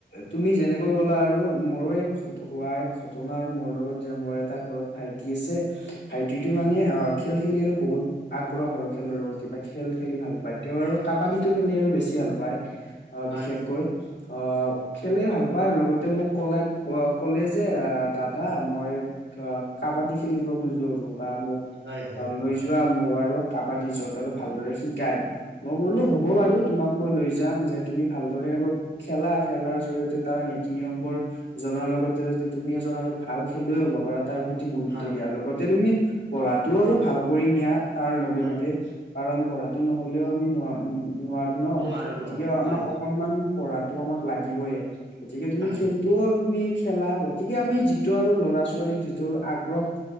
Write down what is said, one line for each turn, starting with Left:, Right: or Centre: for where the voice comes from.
Left: তুমি যেনেকৈ ক'লা আৰু মোৰো এক হোৱা এক ঘটনা, আৰু মোৰ লগত যে মোৰ এটা ঘৰত ভাইটি আছে ভাইটিটোৱ মানে অ' খেল খেলি আৰু বহুত আগ্ৰহ আৰু, খেলৰ প্ৰতি খেল খেলি ভাল পায়, তেওঁ আৰু কাবাডীটো খেলি আৰু বেছি ভাল পায়, আহ
Right: হয়
Left: বিশেষকৈ অ', খেলে ভাল পায়, লগতে মোক কলাক, ক'লে যে দাদা মই অ' কাবাডী খেলিব খোজো, আৰু বা মোক
Right: হয় হয় হয়
Left: অ', লৈ যোৱা মোক আৰু, কাবাডী য'ত আৰু ভালদৰে শিকাই। মই ব'লো হ'ব বাৰু, তোমাক মই লৈ যাম যে তুমি ভালদৰে আৰু খেলা, খেলাৰ জৰিয়তে তাৰ নীতি নিয়মবোৰ জনাৰ লগতে যদি তুমি এজন আৰু ভাল খেলুৱৈে হ'ব পাৰা, তাৰ প্ৰতি গুৰুত্ব
Right: হয়
Left: দিয়া, লগতে তেয়া তুমি পঢ়াটো আৰু ভাল কৰি নিয়া, তাৰ লগে-লগে
Right: হয়
Left: কাৰণ পঢ়াটো নহ'লেও আমি নোৱাৰ নোৱাৰো ন'
Right: নোৱাৰো নোৱাৰো
Left: গতিকে আমাক
Right: হয়
Left: অকনমান পঢ়াটো আমাক লাগিবইয়ে, গতিকে তুমি
Right: হয়
Left: খেল টো তুমি খেলা, গতিকে আমি যিটো আৰু ল'ৰা ছোৱালীক যিটো আৰু আগ্ৰহ